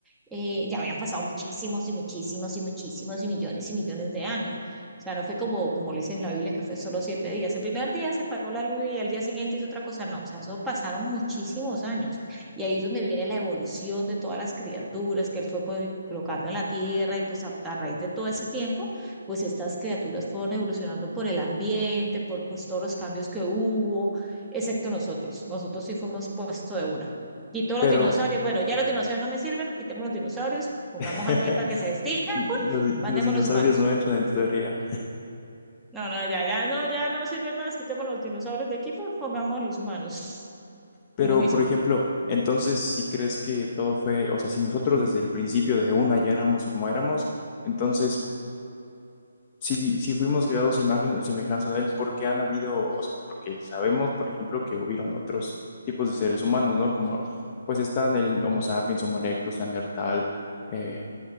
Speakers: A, in the centre; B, on the left.
A: eh, ya habían pasado muchísimos y muchísimos y muchísimos y millones y millones de años. O sea, no fue como, como le dice en la Biblia, que fue solo siete días. El primer día se paró la luz y al día siguiente hizo otra cosa. No, o sea, eso pasaron muchísimos años. Y ahí es donde viene la evolución de todas las criaturas que él fue pues, colocando en la tierra y pues a, a raíz de todo ese tiempo, pues estas criaturas fueron evolucionando por el ambiente, por pues todos los cambios que hubo excepto nosotros. Nosotros sí fuimos puesto de una. Quito los
B: pero
A: dinosaurios. Bueno, ya los dinosaurios no me sirven, quitemos los dinosaurios, pongamos
B: <laughs>
A: algo ahí para que se extingan,
B: los,
A: ¡pum!
B: di-
A: mandemos
B: los dinosaurios
A: los humanos.
B: no entran en tu teoría.
A: No, no, ya, ya no, ya no sirven más, quitemos los dinosaurios de aquí, por pongamos los humanos. <laughs>
B: Pero,
A: Y nos hizo.
B: por ejemplo, entonces, si crees que todo fue, o sea, si nosotros desde el principio, desde una, ya éramos como éramos, entonces, si, si fuimos creados a imagen y semejanza de él, ¿por qué han habido, o sea, porque sabemos, por ejemplo, que hubieron otros tipos de seres humanos, ¿no? Como, pues están el Homo sapiens, Homo erectus, Neandertal, eh,